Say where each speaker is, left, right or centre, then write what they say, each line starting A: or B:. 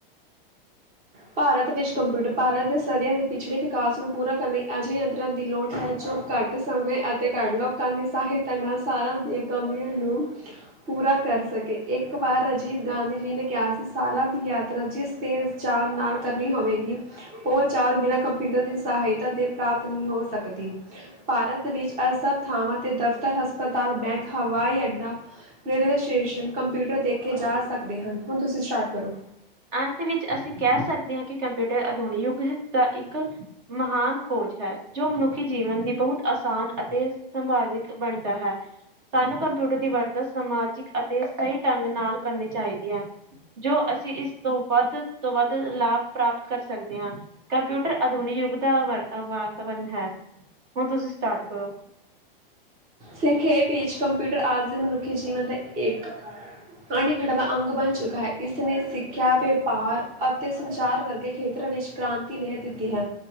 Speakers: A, on the right; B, on the right.
A: ਭਾਰਤ ਵਿੱਚ ਕੰਪਿਊਟਰ ਭਾਰਤ ਦੇ ਸਦੀਆਂ ਦੀ ਪਿਛੜੇ। ਵਿਕਾਸ ਨੂੰ ਪੂਰਾ ਕਰਨ ਲਈ ਅਜਿਹੇ। ਦੀ ਲੋੜ ਹੈ ਜੋ ਘੱਟ ਸਮੇਂ ਅਤੇ ਘੱਟ ਲੋਕਾਂ ਦੀ ਸਹਾਇਤਾ ਨਾਲ ਸਾਲਾਂ ਦੀਆਂ ਕਮੀਆਂ ਨੂੰ ਪੂਰਾ ਕਰ ਸਕੇ ਇੱਕ ਵਾਰ ਰਾਜੀਵ ਗਾਂਧੀ ਜੀ ਨੇ ਕਿਹਾ ਸੀ ਸਾਲਾਂ ਦੀ ਯਾਤਰਾ ਜਿਸ ਤੇ ਚਾਰ। ਨਾਲ ਕਰਨੀ ਹੋਵੇਗੀ। ਉਹ ਚਾਲ ਬਿਨਾਂ ਕੰਪਿਊਟਰ ਦੀ ਸਹਾਇਤਾ ਦੇ ਪ੍ਰਾਪਤ ਨਹੀਂ ਹੋ ਸਕਦੀ। ਭਾਰਤ ਵਿੱਚ ਅ ਸੱਭ ਥਾਵਾਂ ਤੇ ਦਫ਼ਤਰ, ਹਸਪਤਾਲ, ਬੈਂਕ, ਹਵਾਈ ਅੱਡਾ, ਰੇਲਵੇ ਸਟੇਸ਼ਨ, ਕੰਪਿਊਟਰ ਦੇਖੇ ਜਾ ਸਕਦੇ ਹਨ। ਹੁਣ ਤੁਸੀਂ ਸਟਾਰਟ ਕਰੋ।
B: ਅੰਤ ਵਿੱਚ ਅਸੀਂ ਕਹਿ ਸਕਦੇ ਹਾਂ ਕਿ ਕੰਪਿਊਟਰ ਅਧੁਨਿਕ ਯੁੱਗ ਹੈ ਦਾ ਇੱਕ ਮਹਾਨ ਖੋਜ ਹੈ ਜੋ ਮਨੁੱਖੀ ਜੀਵਨ ਦੀ ਬਹੁਤ ਆਸਾਨ ਅਤੇ ਸੰਭਾਵਿਕ ਬਣ । ਤਾਂ ਹੈ, ਸਾਨੂੰ ਕੰਪਿਊਟਰ ਦੀ ਵਰਤ । ਤ ਸਮਾਜਿਕ ਅਤੇ ਸਹੀ । ਢੰਗ ਨਾਲ ਕਰਨੀ ਚਾਹੀਦੀ ਹੈ। ਜੋ ਅਸੀਂ ਇਸ। ਤੋਂ ਵੱਧ ਤੋਂ ਵੱਧ ਲਾਭ ਪ੍ਰਾਪਤ ਕਰ ਸਕਦੇ ਹਾਂ। ਕੰਪਿਊਟਰ ਆਧੁਨਿਕ ਯੁੱਗ ਦਾ ਵਰ ਅ ਵਾਤਾਵਰਨ ਹੈ। ਹੁਣ ਤੁਸੀਂ ਸਟਾਰਟ ਕਰੋ।
A: ਸੰਖੇਪ ਵਿੱਚ ਕੰਪਿਊਟਰ ਅੱਜ ਦੇ ਮਨੁੱਖੀ ਜੀਵਨ ਦਾ ਇੱਕ ਅਨਿੱਖੜਵਾਂ ਅੰਗ ਬਣ ਚੁੱਕਾ ਹੈ। ਇਸ ਨੇ ਸਿੱਖਿਆ, ਵਪਾਰ ਅਤੇ ਸੰਚਾਰ ਵਰਗੇ ਖੇਤਰ ਵਿੱਚ ਕ੍ਰਾਂਤੀ ਲੈ ਦਿੱਤੀ ਹੈ।